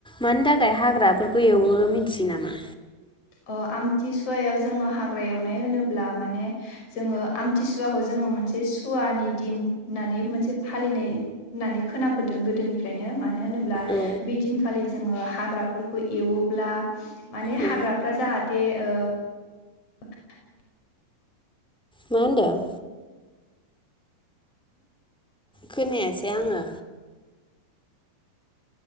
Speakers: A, in the centre; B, on the left.
A: मानि थाखाय हाग्राफोरखौ एवो मिथियो नामा?
B: अ आमथिसुवायाव जोङो हाग्रा एवनाय होनोब्ला माने जोङो आमथिसुवाखौ जोङो मोनसे सुवानि दिन होननानै मोनसे फालिनाय होननानै खोनाबोदों गोदोनिफ्रायनो माने मानो होनोब्ला
A: औ
B: बे दिनखालि जोङो हाग्राफोरखौ एवोब्ला माने
A: औ
B: हाग्रा दे ओ <inaudible>
A: मा होनदों? खोनायासै आङो